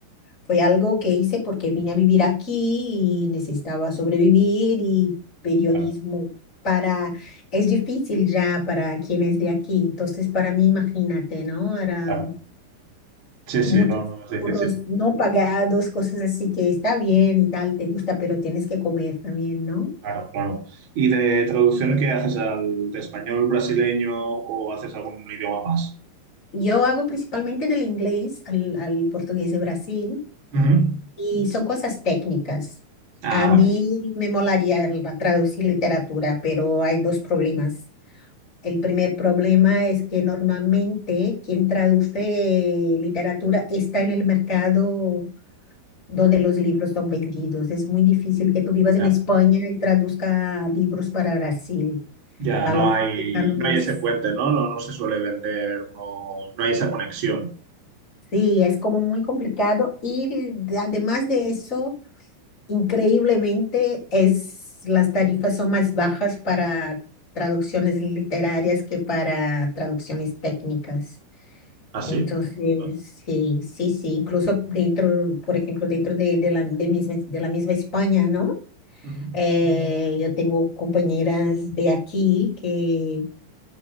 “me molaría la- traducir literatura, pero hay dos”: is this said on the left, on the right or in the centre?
Left